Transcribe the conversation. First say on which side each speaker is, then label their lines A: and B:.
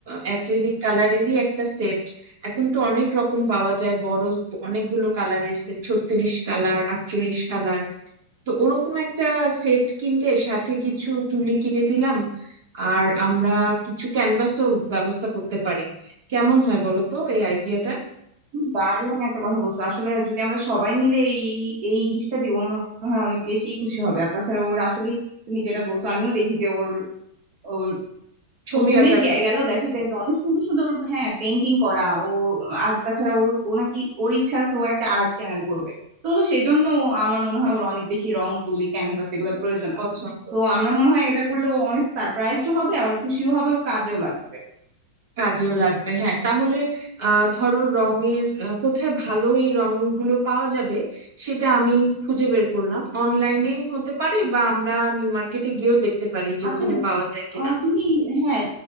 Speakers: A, on the right; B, on the right.
A: অ্যাক্রিলিক কালারেরই একটা সেট এখন তো অনেক রকম পাওয়া যায় বড় অনেকগুলো কালারের সেট ছত্রিশ কালার আটচল্লিশ কালার তো ওরকম একটা সেট কিনলে সাথে কিছু তুলি কিনে দিলাম আর আমরা কিছু ক্যানভাসও ব্যবস্থা করতে পারি কেমন হয় বলো তো এই আইডিয়াটা
B: দারুণ একটা কথা বলছো আসলে যদি আমরা সবাই মিলে এই এই গিফটটা দিই ও মনে হয় অনেক বেশি খুশি হবে আর তাছাড়া ওর আসলেই তুমি যেটা বলছো আমিও দেখি যে ওর
A: ছবি
B: ও রুমে
A: আঁকার প্রতি
B: গেলেও দেখা যায় তো অনেক সুন্দর সুন্দর হ্যাঁ পেন্টিং করা ও আর তাছাড়া ওর ও নাকি ওর ইচ্ছা আছে ও একটা আর্ট চ্যানেল করবে তো সেই জন্য আমার মনে হয় ওর অনেক বেশি রং তুলি ক্যানভাস এগুলোর প্রয়োজন
A: পছন্দ
B: আছে তো আমরা মনে হয় এটা করলে ও অনেক সারপ্রাইজড হবে আবার খুশিও হবে ওর কাজেও লাগবে
A: কাজেও লাগবে হ্যাঁ তাহলে আহ ধরো রঙের আহ, কোথায় ভালো এই রংগুলো পাওয়া যাবে সেটা আমি খুঁজে বের করলাম অনলাইনে হতে পারে বা আমরা নিউ মার্কেটে গিয়েও দেখতে পারি যে
B: আচ্ছা
A: ওখানে পাওয়া যায় কিনা
B: আহ, তুমি হ্যাঁ